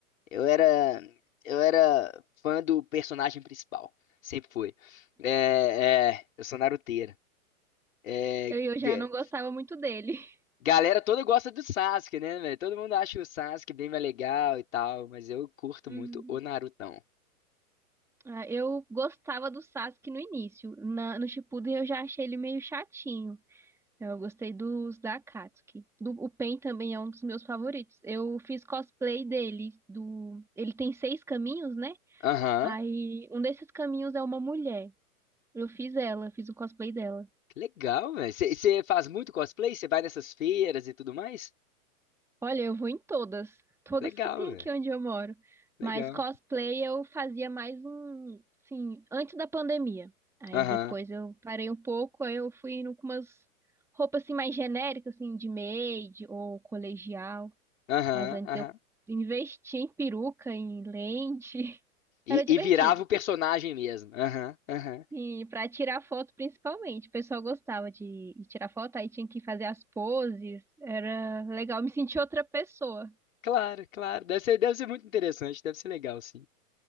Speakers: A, on the left (about 60°); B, in the centre.
A: Eu era, eu era fã do personagem principal. Sempre foi. É, é, eu sou naruteiro. É,
B: Eu, eu já
A: ga-
B: não gostava muito dele. <laughs>
A: galera toda gosta do Sasuke, né, velho? Todo mundo acha o Sasuke bem mais legal e tal, mas eu curto
B: Hum.
A: muito o Narutão.
B: Ah, Eu gostava do Sasuke no início. Na- no Shippuden eu já achei ele meio chatinho. Eu gostei dos da Akatsuki. Do, o Pen também é um dos meus favoritos. Eu fiz cosplay dele. Do, ele tem seis caminhos, né?
A: Aham.
B: Aí um desses caminhos é uma mulher. Eu fiz ela, fiz o cosplay dela.
A: Que Legal, velho. Você faz muito cosplay? Você vai nessas feiras e tudo mais?
B: Olha, eu vou em todas. Todas
A: Legal,
B: que tem
A: velho.
B: aqui onde eu moro.
A: Legal.
B: Mas cosplay eu fazia mais um, sim, antes da pandemia. Aí
A: Aham,
B: depois eu parei um pouco, aí eu fui indo com umas roupas assim mais genéricas, assim, de maid ou colegial.
A: aham,
B: Mas antes
A: aham.
B: eu investi em peruca, em lente. <laughs>
A: E,
B: Era
A: e
B: divertido.
A: virava o personagem mesmo. Aham, aham.
B: E para tirar foto, principalmente. O pessoal gostava de, de tirar foto, aí tinha que fazer as poses. Era legal, me senti outra pessoa.
A: Claro, claro. Deve ser, deve ser muito interessante. Deve ser legal, sim.